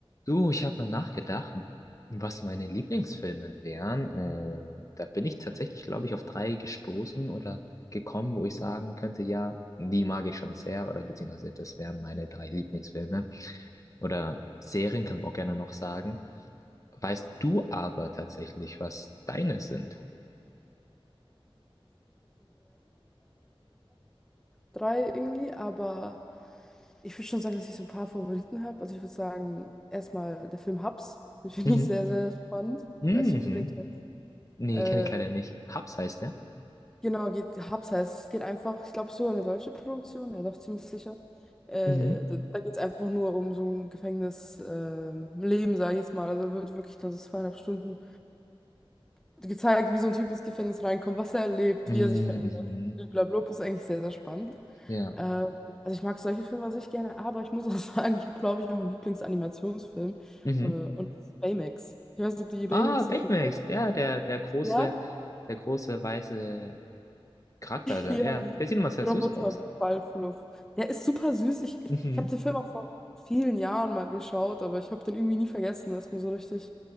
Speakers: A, on the left; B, in the centre.
A: Du, ich habe mal nachgedacht, was meine Lieblingsfilme wären. Und da bin ich tatsächlich, glaube ich, auf drei gestoßen oder gekommen, wo ich sagen könnte, ja, die mag ich schon sehr oder beziehungsweise das wären meine drei Lieblingsfilme. Oder Serien können wir auch gerne noch sagen. Weißt du aber tatsächlich, was deine sind?
B: drei irgendwie, aber ich würde schon sagen, dass ich so ein paar Favoriten habe. Also ich würde sagen, erstmal der Film Hubs. <laughs> Den Finde
A: Mhm.
B: ich sehr, sehr spannend.
A: Mhm.
B: Ich weiß nicht, ob du den kennst.
A: Nee,
B: Äh,
A: kenne ich leider nicht. Hubs heißt der.
B: genau, geht, Hubs heißt es. Es geht einfach, ich glaube, sogar eine deutsche Produktion, ja doch ziemlich sicher. Äh,
A: Mhm.
B: da da geht es einfach nur um so ein Gefängnisleben, äh, Leben, sage ich jetzt mal. Also wird wirklich dann so zweieinhalb Stunden gezeigt, wie so ein Typ ins Gefängnis reinkommt, was er erlebt,
A: Mhm.
B: wie er sich verändert.
A: mhm.
B: Blablabla, ist eigentlich sehr, sehr spannend.
A: Ja.
B: Äh, also ich mag solche Filme an sich gerne, aber ich muss auch <laughs> sagen, ich habe, glaube ich, auch einen Lieblingsanimationsfilm.
A: Mhm.
B: Äh, und das ist Baymax. Ich weiß nicht, ob du je Baymax
A: Ah, Baymax,
B: geguckt hast.
A: ja, der, der große,
B: Ja? <laughs>
A: der große weiße Charakter da,
B: Ja,
A: ja.
B: dieser
A: Der sieht immer sehr
B: Roboterballfluff.
A: süß aus.
B: Der ist super süß. Ich, ich,
A: Mhm.
B: ich habe den Film auch vor vielen Jahren mal geschaut, aber ich habe den irgendwie nie vergessen. Das ist mir so richtig,